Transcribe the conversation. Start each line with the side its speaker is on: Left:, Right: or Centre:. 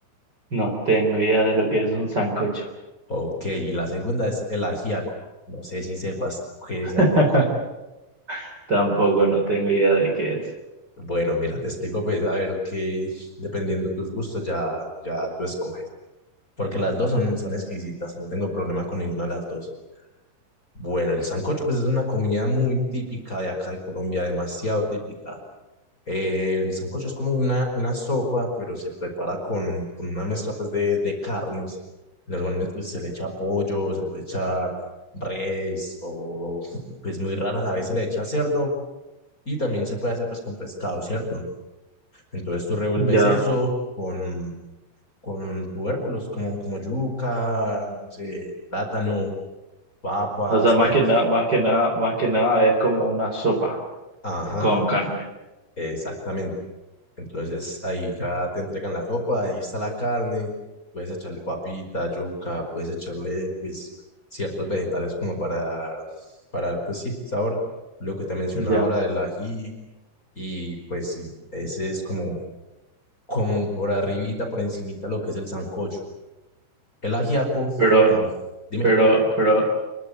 Right: No tengo idea de lo que es un sancocho.
Left: Ok, la segunda es el ajiaco, no sé si sepas qué
Right: <laughs>
Left: es el ajiaco.
Right: Tampoco no tengo idea de qué es.
Left: Bueno, mira, te explico, pues, a ver que dependiendo de tus gustos ya, ya tú escoges. Porque las dos son, son exquisitas, no tengo problema con ninguna de las dos. Bueno, el sancocho, pues, es una comida muy típica de acá de Colombia, demasiado típica. Eh, el sancocho es como una, una sopa, pero se prepara con, con una mezcla, pues, de, de carnes. Normalmente, pues, se le echa pollo, se le puede echar res, o, pues, muy rara a la vez se le echa cerdo. Y también se puede hacer, pues, con pescado, ¿cierto? Entonces tú revuelves
Right: Ya.
Left: eso con, con tubérculos como, como yuca, no sé, plátano, papa,
Right: O sea,
Left: se
Right: más
Left: le añ-
Right: que nada, más que nada, más que nada es como una sopa
Left: Ajá,
Right: con carne.
Left: exactamente. Entonces ahí ya te entregan la sopa, ahí está la carne, puedes echarle papita, yuca, puedes echarle pues ciertos vegetales como para dar, para dar pues sí, sabor. Lo que te mencionaba
Right: Ya.
Left: ahora del ají y pues sí, ese es como, como por arribita, por encimita lo que es el sancocho. El ajiaco,
Right: Pero,
Left: tam, dime.
Right: pero, pero,